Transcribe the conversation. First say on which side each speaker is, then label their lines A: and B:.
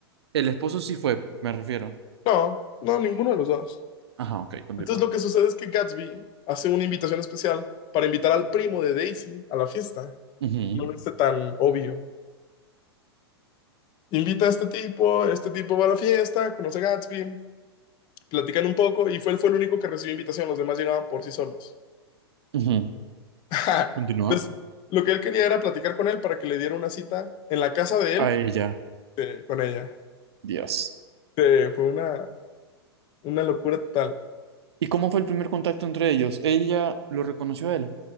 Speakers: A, on the right; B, on the left.
A: el esposo sí fue, me refiero.
B: No, no, ninguno de los dos.
A: Ajá, ok, continúa.
B: Entonces lo que sucede es que Gatsby hace una invitación especial para invitar al primo de Daisy a la fiesta.
A: Ujú,
B: No es tan obvio. Invita a este tipo, este tipo va a la fiesta, conoce a Gatsby, platican un poco y fue, él fue el único que recibió invitación, los demás llegaban por sí solos.
A: ujú,
B: <laughs> Ajá.
A: Continúa.
B: Entonces, lo que él quería era platicar con él para que le diera una cita en la casa de él
A: A ella.
B: eh, con ella.
A: Dios.
B: Eh, fue una, una locura total
A: ¿Y cómo fue el primer contacto entre ellos? ¿Ella lo reconoció a él